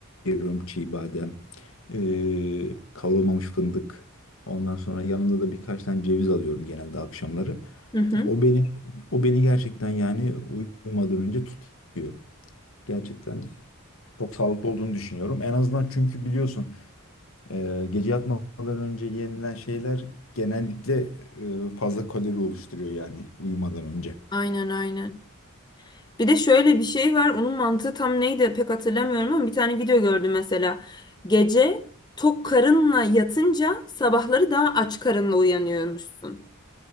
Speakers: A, on the left (about 65°); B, on the left (about 20°).
A: veriyorum çiğ badem, e, kavrulmamış fındık. Ondan sonra yanında da birkaç tane ceviz alıyorum genelde akşamları.
B: Hı hı.
A: O beni o beni gerçekten yani uyumadan önce tutuyor. Gerçekten çok sağlıklı olduğunu düşünüyorum. En azından çünkü biliyorsun ee, gece yatmadan önce yenilen şeyler genellikle e, fazla kalori oluşturuyor yani uyumadan önce.
B: Aynen aynen. Bir de şöyle bir şey var. Onun mantığı tam neydi pek hatırlamıyorum ama bir tane video gördüm mesela. Gece tok karınla yatınca sabahları daha aç karınla uyanıyormuşsun.